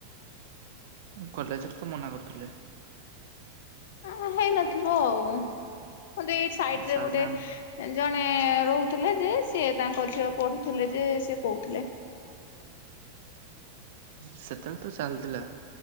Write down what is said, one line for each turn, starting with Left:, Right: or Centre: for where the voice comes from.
Right: ଉଁ କଲେଜ୍‌ ରେ ତ ମନା କରୁଥିଲେ।
Left: ହଁ ହେଇନଥିବ ଆଉ। ମୋତେ ଏଇ ସାଇଟ୍
Right: ସାର୍
Left: ରେ ଗୋଟେ
Right: ମ୍ୟାମ୍
Left: ଜଣେ ରହୁଥିଲେ ଯେ ସିଏ ତାଙ୍କ ଝିଅ ପଢୁଥିଲେ ଯେ ସେ କହୁଥିଲେ।
Right: ସେତେବେଳେ ତ ଚାଲିଥିଲା